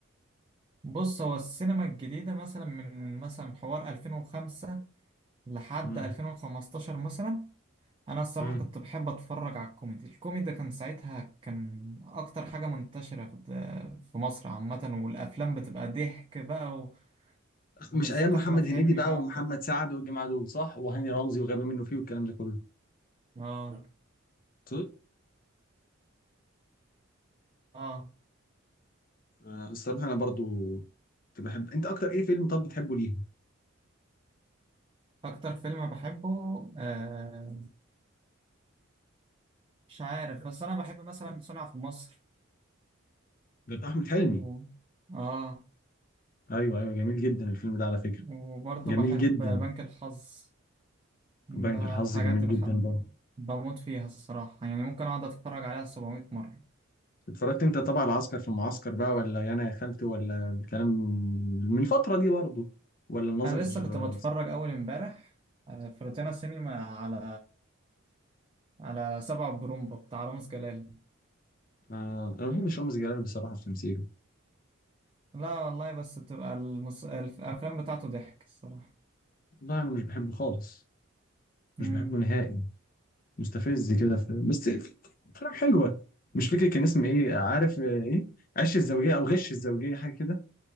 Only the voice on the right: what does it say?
بص هو السينما الجديدة مثلا من مثلا حوار 2005 لحد
2015 مثلا انا الصراحه
كنت بحب اتفرج على الكوميدي الكوميدي كان ساعتها كان اكتر حاجه منتشره في في مصر عامه والافلام بتبقى ضحك بقى و- وبالذات
احمد حلمي
بقى
وكده
اه
اه
اكتر فيلم بحبه آه مش عارف بس انا بحب مثلا صنع في مصر
و... اه
وبرضه
بحب
بنك الحظ ده
الحاجات
دي بحب
بموت فيها الصراحه يعني ممكن اقعد اتفرج عليها 700 مره
انا لسه كنت
بتفرج اول امبارح آه، في روتانا سينما على على سبع برومبا بتاع رامز جلال
لا والله بس بتبقى المس... الف- الافلام بتاعته ضحك الصراحه
امم